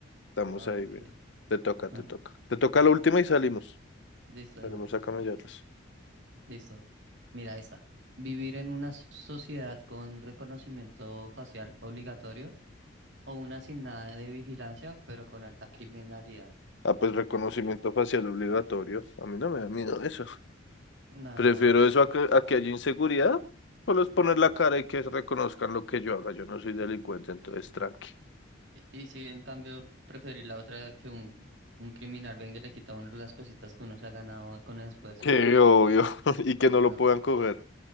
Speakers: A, on the left; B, on the right.
A: Estamos
B: Ok,
A: ahí, bien. Te toca,
B: ok,
A: te toca. Te toca la última y salimos.
B: listo de
A: Salimos
B: una,
A: a camellarlas.
B: listo. Mira esta. Vivir en una s- sociedad con reconocimiento facial obligatorio o una sin nada de vigilancia, pero con alta criminalidad.
A: Ah, pues reconocimiento facial obligatorio. A mí no me da miedo eso.
B: Nada.
A: Prefiero
B: es-
A: eso a que, a que haya inseguridad. Solo es poner la cara y que reconozcan lo que yo haga. Yo no soy delincuente, entonces tranqui.
B: Y, y si en cambio preferir la otra que un, un criminal venga y le quita a uno las cositas que uno se ha ganado con esfuerzo.
A: Qué obvio. <laughs> Y que no
B: No.
A: lo puedan coger.